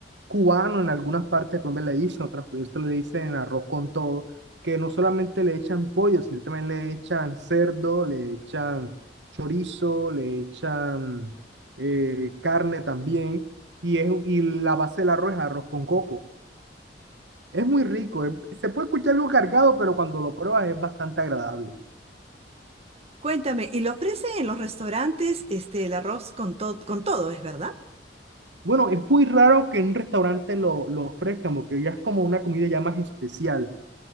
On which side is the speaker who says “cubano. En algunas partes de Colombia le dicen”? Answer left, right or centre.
Right